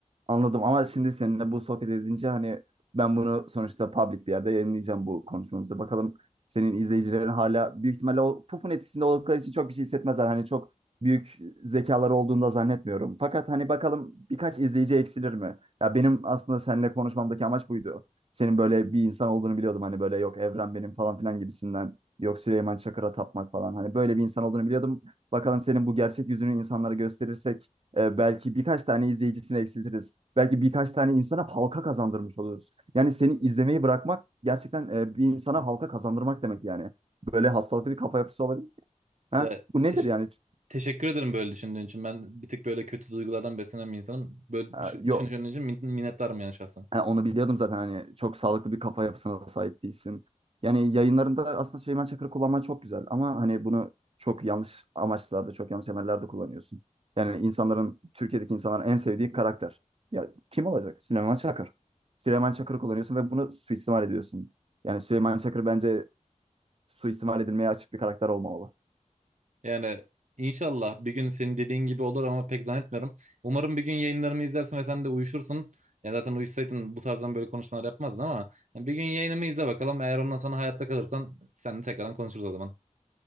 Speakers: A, on the right; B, on the right.
A: Anladım ama şimdi seninle bu sohbet edince hani ben bunu sonuçta public bir yerde yayınlayacağım bu konuşmamızı. Bakalım senin izleyicilerin hala büyük ihtimalle o pufun etkisinde oldukları için çok bir şey hissetmezler. Hani çok büyük zekaları olduğunu da zannetmiyorum. Fakat hani bakalım birkaç izleyici eksilir mi? Ya benim aslında seninle konuşmamdaki amaç buydu. Senin böyle bir insan olduğunu biliyordum. Hani böyle yok evren benim falan filan gibisinden. Yok Süleyman Çakır'a tapmak falan. Hani böyle bir insan olduğunu biliyordum. Bakalım senin bu gerçek yüzünü insanlara gösterirsek e, belki birkaç tane izleyicisini eksiltiriz. Belki birkaç tane insana halka kazandırmış oluruz. Yani seni izlemeyi bırakmak gerçekten e, bir insana
B: Hı.
A: halka kazandırmak demek yani. Böyle hastalıklı bir kafa yapısı olabilir. Ha?
B: Ya,
A: Bu nedir
B: teş-
A: yani?
B: teşekkür ederim böyle düşündüğün için. Ben bir tık böyle kötü duygulardan beslenen bir insanım. Böyle
A: Ha,
B: düşün-
A: yok.
B: düşündüğün için min- minnettarım yani şahsen.
A: Ha, onu biliyordum zaten hani çok sağlıklı bir kafa yapısına da sahip değilsin. Yani yayınlarında aslında Süleyman Çakır'ı kullanman çok güzel ama hani bunu çok yanlış amaçlarda, çok yanlış emellerde kullanıyorsun. Yani insanların, Türkiye'deki insanların en sevdiği karakter. Ya kim olacak? Süleyman Çakır. Süleyman Çakır'ı kullanıyorsun ve bunu suistimal ediyorsun. Yani Süleyman Çakır bence suistimal edilmeye açık bir karakter olmamalı.
B: Yani inşallah bir gün senin dediğin gibi olur ama pek zannetmiyorum. Umarım bir gün yayınlarımı izlersin ve sen de uyuşursun. Ya zaten uyuşsaydın bu tarzdan böyle konuşmalar yapmazdın ama yani bir gün yayınımı izle bakalım. Eğer ondan sonra hayatta kalırsan seninle tekrardan konuşuruz o zaman.